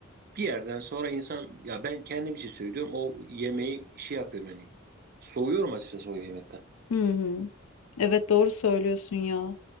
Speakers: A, on the right; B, on the left.
A: bir yerden sonra insan, ya ben kendim için söylüyorum, o yemeği şey yapıyorum yani. Soğuyorum açıkçası o yemekten.
B: Hı hı. Evet doğru söylüyorsun ya.